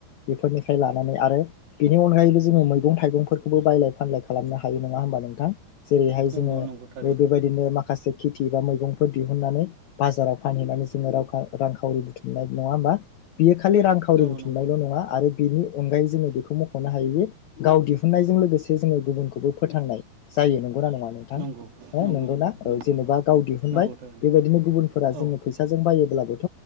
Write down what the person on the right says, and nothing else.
नंगौ
नंगौ नंगौ थारैनो
औ
नंगौ नंगौ
नंगौ
नंगौ
नंगौ
नंगौ थारैनो
औ